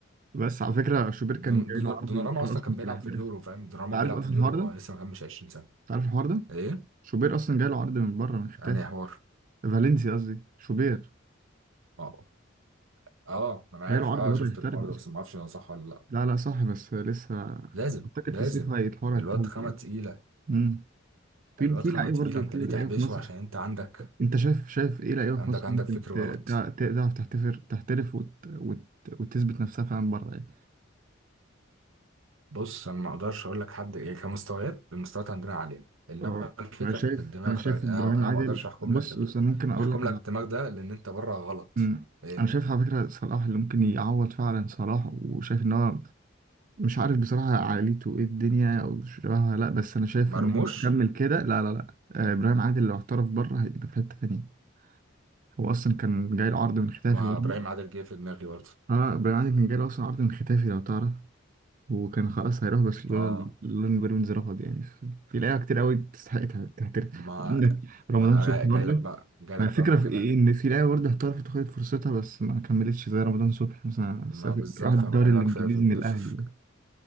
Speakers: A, on the right (about 45°); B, on the right (about 80°).
A: بس على فكره شوبير
B: دون-
A: كان جاي
B: دون-
A: له عرض
B: دوناراما
A: من بره
B: اصلا
A: اصلا
B: كان بيلعب
A: كان هيحترف
B: في اليورو فاهم دوناراما
A: انت عارف
B: بيلعب
A: اصلا
B: في اليورو
A: الحوار ده؟
B: وهو
A: انت
B: لسه ما كملش 20 سنة
A: عارف الحوار ده؟
B: ايه
A: شوبير اصلا جاي له عرض من بره من ختافي
B: يعني يا حوار
A: فالنسيا قصدي شوبير
B: اه اه انا
A: جاي
B: عارف
A: له عرض
B: اه
A: بره
B: شفت
A: يحترف
B: الحوار
A: اصلا
B: ده بس ما اعرفش هو صح ولا لا
A: لا لا صح بس لسه
B: لازم
A: اعتقد
B: لازم
A: في الصيف هي الحوار
B: الواد
A: هيتطور
B: خامة
A: يعني
B: تقيلة
A: امم في
B: الواد
A: في
B: خامة
A: لعيبه
B: تقيلة
A: برضه
B: انت
A: في
B: ليه
A: لعيبه
B: تحبسه
A: في مصر
B: عشان انت عندك
A: انت شايف شايف ايه لعيبه
B: عندك
A: في مصر
B: عندك
A: ممكن
B: فكر
A: ت-
B: غلط
A: تع- ت- تعرف تحتفر تحترف وت... وت... وتثبت نفسها فعلا بره يعني
B: بص انا ما اقدرش اقول لك حد ايه كمستويات المستويات عندنا عاليه انما
A: اه
B: الفكره
A: انا شايف
B: في الدماغ
A: انا شايف
B: فانا
A: ابراهيم
B: انا
A: عادل
B: ما اقدرش احكم
A: بص
B: لك ال...
A: بس انا ممكن اقول
B: احكم
A: لك
B: لك الدماغ ده لان انت بره غلط
A: مم.
B: ايه
A: انا شايف على فكره صلاح اللي ممكن يعوض فعلا صلاح وشايف ان هو مش عارف بصراحه عائلته ايه الدنيا او شبهها لا بس انا شايف
B: مرموش
A: ان هو لو كمل كده لا لا لا آه، ابراهيم عادل لو احترف بره هيبقى في حته تانيه هو اصلا كان جاي له عرض من ختافي
B: مع
A: برضه
B: ابراهيم عادل جه في دماغي برضه
A: اه ابراهيم عادل كان جاي له اصلا عرض من ختافي لو تعرف وكان خلاص هيروح برشلونة
B: اه
A: اللون بيراميدز رفض يعني في في لعيبة كتير قوي تستحق تع- تحترف
B: ما
A: وعندك رمضان
B: ما انا
A: صبحي
B: جاي
A: برضه
B: جاي لك بقى جاي
A: ما
B: لك
A: الفكرة
B: بقى في الكلام
A: في إيه إن في لعيبة برضه احترفت وخدت فرصتها بس ما كملتش زي رمضان صبحي مثلا
B: ما
A: سافر
B: بالظبط
A: راح الدوري
B: انا بكلمك
A: الإنجليزي
B: في في
A: من الأهلي
B: في, في